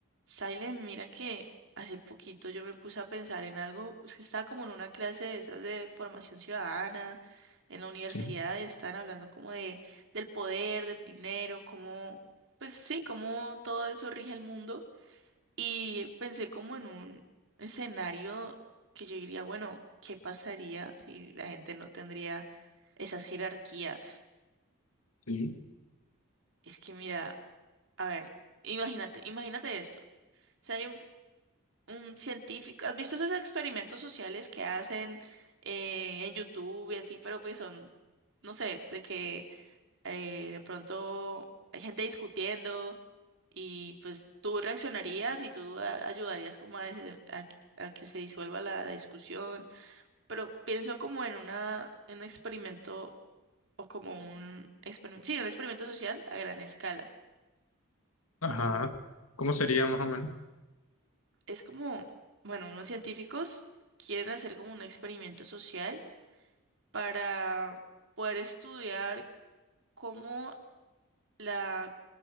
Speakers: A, on the right; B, on the left.
A: Silent, mira que hace poquito yo me puse a pensar en algo, es que estaba como en una clase de esas de formación ciudadana en la universidad
B: Sí,
A: y estaban hablando como de del poder, del dinero, cómo, pues sí, cómo todo eso rige el mundo y pensé como en un escenario que yo diría, bueno, ¿qué pasaría si la gente no tendría esas jerarquías?
B: sí.
A: Es que mira, a ver, imagínate, imagínate esto. O sea, hay un un científico. ¿Has visto esos experimentos sociales que hacen eh, en YouTube y así, pero pues son, no sé, de que eh, de pronto hay gente discutiendo y pues tú reaccionarías y tú a- ayudarías como a, ese- a que a que se disuelva la, la discusión, pero pienso como en una, en un experimento o como un experimento, sí, un experimento social a gran escala.
B: Ajá. ¿Cómo sería más o menos?
A: Es como, bueno, unos científicos quieren hacer como un experimento social para poder estudiar cómo la,